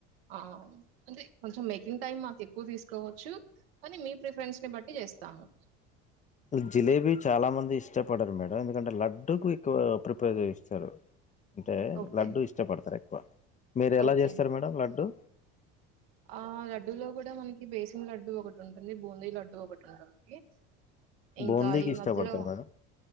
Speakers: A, on the right (about 85°); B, on the left (about 25°).
A: ఆ అంటే కొంచెం మేకింగ్ టైమ్ మాకు ఎక్కువ తీసుకోవచ్చు కానీ మీ ప్రిఫరెన్స్ ని బట్టి చేస్తాము
B: జిలేబీ చాలా మంది ఇష్టపడారు మేడం ఎందుకంటే లడ్డుకు ఎక్కువ ప్రిపేర్ చేస్తారు అంటే
A: ఓకే
B: లడ్డుూ ఇష్టపడతారు కు <inaudible> మీరు ఎలా
A: ఓకే
B: చేస్తారు మేడం లడ్డు
A: ఆ లడ్డూలో కూడా మనకి బేసిన్ లడ్డుూ ఒకటి ఉంటుంది బూందీ లడ్డు ఒకటి ఉంటుందింది ఇంకా
B: బూందీకి
A: ఈ
B: ఇష్టపడతారు
A: మధలో
B: మేడం